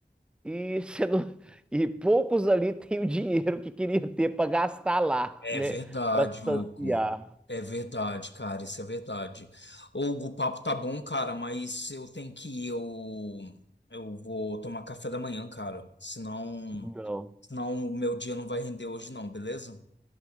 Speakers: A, in the centre; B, on the left.
A: e, você não- <laughs> e poucos ali têm o dinheiro que queria ter para gastar lá,
B: É
A: né?
B: verdade,
A: Para saciar.
B: Hugo. É verdade, cara, isso é verdade. Hugo, o papo tá bom, cara, mas eu tenho que ir. Eu, eu vou tomar café da manhã, cara. Senão,
A: Não.
B: senão o meu dia não vai render hoje, não, beleza?